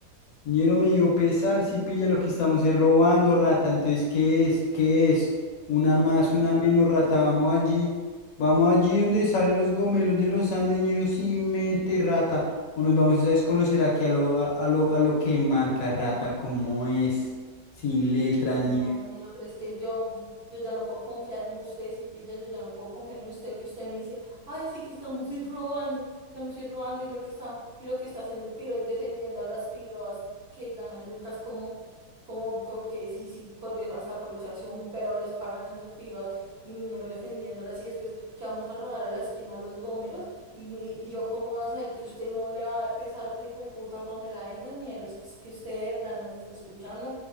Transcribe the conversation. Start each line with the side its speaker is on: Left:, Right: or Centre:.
Left: Ñero me dio pesar, si pilla lo que estamos es robando, rata. Entonces, ¿qué es? ¿Qué es? Una más, una menos, rata. Vamos allí, vamos allí donde salen los gomelos de los Andes, ñero, sin mente, rata. O nos vamos a desconocer aquí a lo, a, a lo, a lo que marca, rata, como es, sin letra,
Right: No,
Left: ñero.
Right: Ñero, pero es que yo, yo ya no puedo confiar en usted, si pilla, yo ya no puedo confiar en usted que usted me dice, ay, sí que estamos ir robando, estamos ir robando, y lo que está, y lo que está haciendo el piro es defendiendo a las piroas que ganan lucas como, como porque sí, sí, por, e, hasta por echarse un peo les pagan a esas piroas, y Miñero defendiéndolas, y después que vamos a robar a la esquina a los gómelos, y, y y yo cómo voy a saber que usted no le va a dar pesar a otra hijo de puta gómela de esas, Ñero, es que, es que usted de verdad nos está escuchando,